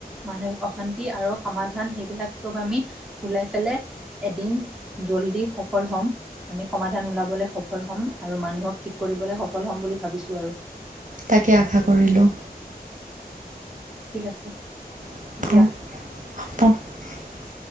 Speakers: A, in the centre; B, on the right.
A: মানসিক অশান্তি আৰু সমাধান সেইবিলাক চব আমি ওলাই পেলাই এদিন জল্দি সফল হ'ম। আমি সমাধান ওলাবলৈ সফল হ'ম, আৰু মানুহক ঠিক কৰিবলৈ সফল হ'ম বুলি ভাবিছোঁ আৰু।
B: তাকে, আশা কৰিলোঁ।
A: ঠিক আছে।
B: <unintelligible>
A: দিয়া।